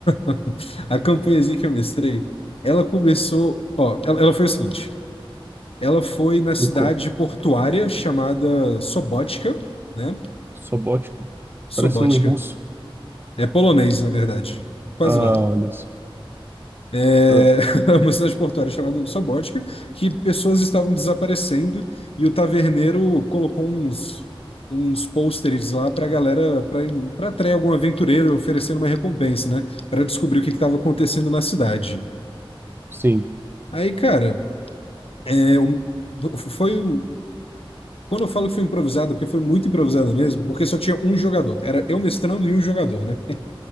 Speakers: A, on the left (about 80°); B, on the right (about 25°).
A: <laughs> a campanhazinha que eu mestrei, ela começou, ó, ela, ela foi o seguinte, ela foi na cidade
B: Me conta.
A: portuária chamada Sobótica, né?
B: Sobótica?
A: Sobótica,
B: Parece nome russo.
A: é polonês, na verdade, quase
B: Ah,
A: lá.
B: olha só.
A: é,
B: Ah,
A: <laughs> uma cidade portuária chamada Sobótica, que pessoas estavam desaparecendo e o taverneiro colocou uns, uns pôsteres lá para a galera, para atrair algum aventureiro oferecendo uma recompensa, né? Para descobrir o que estava acontecendo na cidade.
B: sim,
A: Aí, cara, é, um- foi. um- Quando eu falo que foi improvisado, porque foi muito improvisado mesmo, porque só tinha um jogador. Era eu mestrando e um jogador, né?